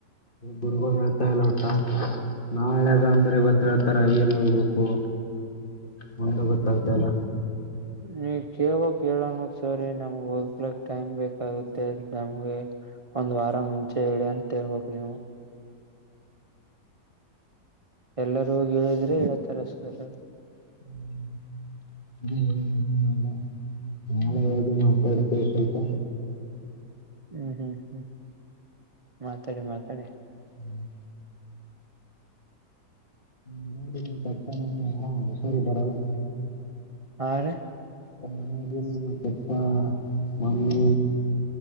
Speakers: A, on the left; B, on the right.
A: ಗುರುಗಳು ಹೇಳ್ತಾ ಇಲ್ಲ ಒಟ್ಟ. ನಾಳೆದ ಅಂದ್ರೆ ಗತ್ತ ಹೇಳ್ತಾರ ಏನ್ ಹೋಗ್ಬೇಕು. ಮುಂದ ಗೊತ್ತಾಗತ ಅಲ್ಲ.
B: ನೀವ ಕೇಳ್ಬಕ್ ಹೇಳೇಳಣದ ಸರಿ ನಮ್ಗ್ ಹ್ಲಕ್ ಟೈಮ್ ಬೇಕಾಗುತ್ತೆ ನಮ್ಗೆ. ಒಂದ್ ವಾರ ಮುಂಚೆ ಹೇಳಿ ಅಂತೇಳ್ಬ ನೀವು. ಎಲ್ಲರೂ ಹ ಹೇಳಿದ್ರೆ ಹೇಳ್ತರ ಸರ್.
A: <inaudible>
B: <inaudible>
A: ದು ಮಾತಾಡ್ತೇವೆ ಸ್ವಲ್ಪ.
B: ಹ್ಮ್ ಹ್ಮ್ ಹ್ಮ್ ಮಾತಾಡಿ ಮಾತಾಡಿ.
A: ಹ್ಮ್- ಹ್ಮ್ ಮನ ತ ಆರಾಮ ಹಷರ ಇದ್ದಾರಲ್ಲಾ.
B: ಹ ರಿ.
A: ಒ ಮನೆಯಲ್ಲಿ ನಿಮ್ಮ ಚಪ್ಪ ಮಮ್ಮಿ